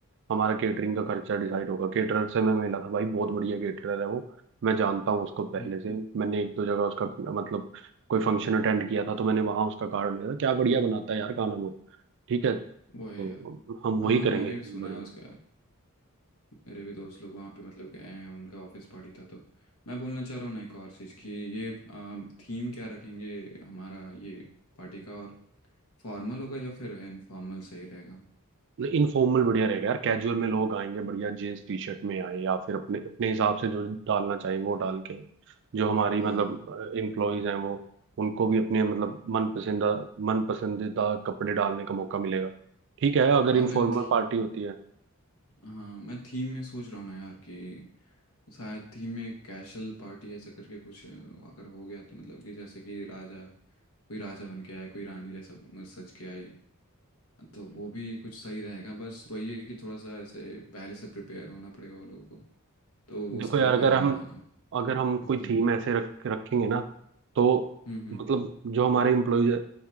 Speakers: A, on the right; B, on the left.
A: हमारा केटरिंग का खर्चा डिसाइड होगा केटरर से मैं मिला था भाई बहुत बढ़िया केटरर है वो मैं जानता हूँ उसको पहले
B: हम्म,
A: से मैंने एक दो जगह उसका मतलब कोई फंक्शन अटेंड किया था तो मैंने वहां उसका कार्ड लिया था क्या बढ़िया बनाता है यार खाना वो ठीक है
B: वो
A: तो
B: है यार
A: हम वही
B: हाँ हाँ
A: करेंगे
B: मैंने भी सुना
A: बढ़िया
B: है उसका यार मेरे भी दोस्त लोग वहाँ पे मतलब गए हैं उनका ऑफिस पार्टी था तो मैं बोलना चाह रहा हूँ ना एक और चीज़ कि ये थीम क्या रखेंगे हमारा ये पार्टी का और फॉर्मल होगा या फिर इनफॉर्मल सही रहेगा
A: इनफॉर्मल बढ़िया रहेगा यार कैजुअल में लोग आएंगे बढ़िया जींस टी शर्ट में आए या फिर अपने अपने हिसाब से जो डालना चाहिए वो डाल के जो हमारी
B: हाँ
A: मतलब एम्प्लॉयज हैं वो उनको भी अपने मतलब मन पसंदा मन पसंदीदा कपड़े डालने का मौका मिलेगा ठीक है अगर
B: और
A: इनफॉर्मल
B: मैं थी
A: पार्टी होती है
B: हाँ मैं थीम में सोच रहा हूँ ना यार कि शायद थीम में कैशल पार्टी ऐसा करके कुछ अ, अगर हो गया तो मतलब कि जैसे कि राजा कोई राजा बन के आए कोई रानी जैसा अ, सज के आई तो वो भी कुछ सही रहेगा बस वही है कि थोड़ा सा ऐसे पहले से प्रिपेयर होना पड़ेगा वो लोगों को तो
A: देखो
B: उसके
A: यार
B: लिए
A: अगर
B: पहले
A: हम
B: बताना होगा
A: अगर हम कोई
B: हम्म
A: थीम ऐसे रख रखेंगे ना तो
B: हम्म हम्म,
A: मतलब जो हमारे एम्प्लॉयज